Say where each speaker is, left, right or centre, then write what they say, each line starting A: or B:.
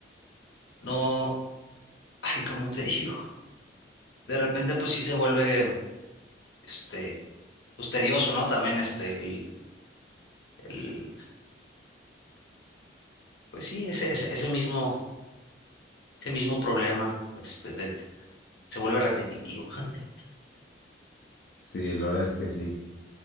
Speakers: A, on the left; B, on the left.
A: no. ay, ¿cómo te <laughs> digo? De repente, pues sí se vuelve, este, pues tedioso, ¿no? También, este, el, el, pues sí, ese, ese, ese mismo, ese mismo problema, este, de, se vuelve repetitivo. <laughs>
B: Sí, la verdad es que sí.